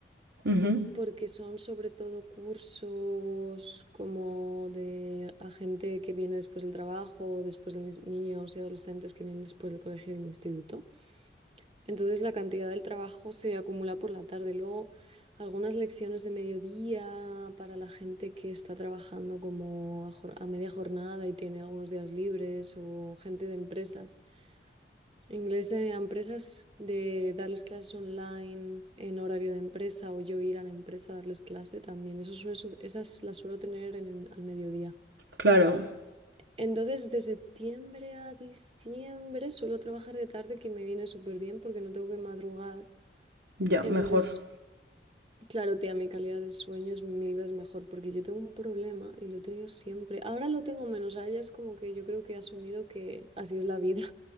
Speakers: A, on the right; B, on the right.
A: Ujú,
B: porque son sobre todo cursos como de a gente que viene después del trabajo, después de mis niños y adolescentes que vienen después del colegio y del instituto. Entonces la cantidad del trabajo se acumula por la tarde. Luego algunas lecciones de mediodía para la gente que está trabajando como a, jor- a media jornada y tiene algunos días libres o gente de empresas Inglés de empresas, de darles clases online en horario de empresa o yo ir a la empresa a darles clase también. Eso suele su- esas las suelo tener en el- al mediodía.
A: Claro,
B: Entonces, de septiembre a diciembre suelo trabajar de tarde, que me viene súper bien porque no tengo que madrugar.
A: ya,
B: Entonces,
A: mejor.
B: claro, tía, mi calidad del sueño es mil veces mejor porque yo tengo un problema y lo he tenido siempre. Ahora lo tengo menos, ahora ya es como que yo creo que he asumido que así es la vida.